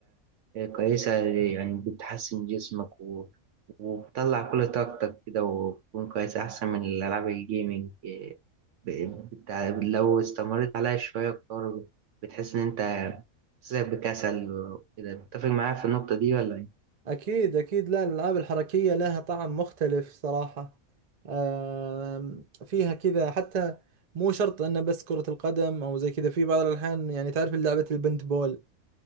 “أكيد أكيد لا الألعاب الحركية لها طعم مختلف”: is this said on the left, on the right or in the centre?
Right